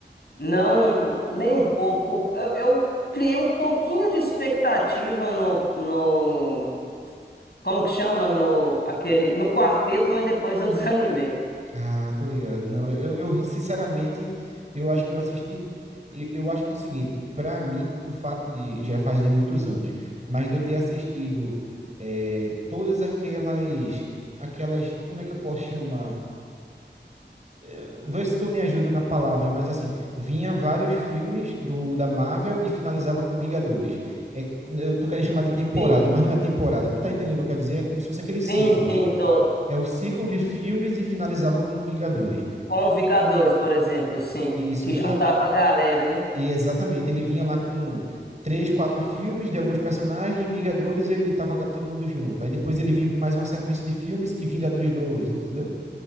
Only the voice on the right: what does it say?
Ah, tô ligado. Não, eu, eu, sinceramente, eu acho que eu assisti. Eu, eu acho que é o seguinte, pra mim, o fato de já fazem muitos anos, mas de eu ter assistido eh, todas aquelas, aquelas, como é que eu posso chamar? Eh, Vê se tu me ajuda na palavra, mas assim, vinha vários filmes do da Marvel e finalizava com Vingadores. É, eu tô querendo chamar de temporada,
mas não é temporada. Tu tá entendendo o que eu quero dizer? É como se fosse aqueles
ciclos.
É o ciclo de filmes e finalizava com Vingadores.
Isso,
a-
e exatamente. Ele vinha lá com três, quatro filmes de alguns personagens, Vingadores, ele tava com todo mundo junto. Aí depois ele vinha com mais uma sequência de filmes e Vingadores dois entendeu?